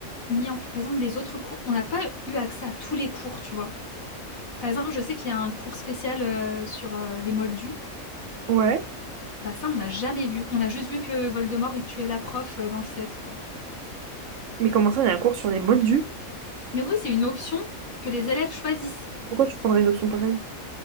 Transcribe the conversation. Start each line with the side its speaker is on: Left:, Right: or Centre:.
Left: mis en. Par exemple, les autres cours. On n'a pas eu accès à tous les cours, tu vois. Par exemple, je sais qu'il y a un cours spécial euh, sur euh, les moldus.
Right: Ouais.
Left: Bah ça, on n'a jamais vu. On a juste vu que Voldemort, il tuait la prof euh, dans le set, quoi.
Right: Mais comment ça, il y a un cours sur les moldus?
Left: Mais oui, c'est une option que les élèves choisissent.
Right: Pourquoi tu prendrais une option pareille?